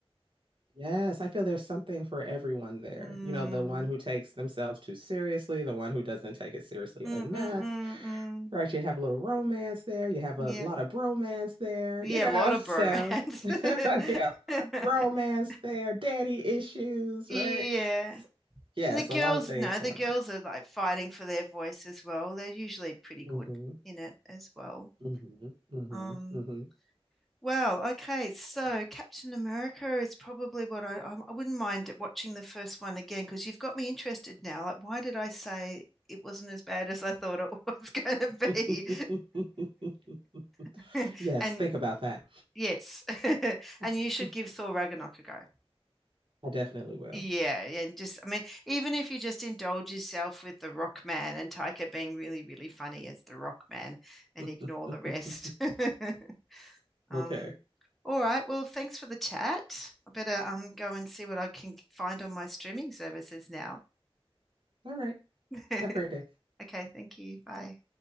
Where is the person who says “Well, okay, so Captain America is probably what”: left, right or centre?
Centre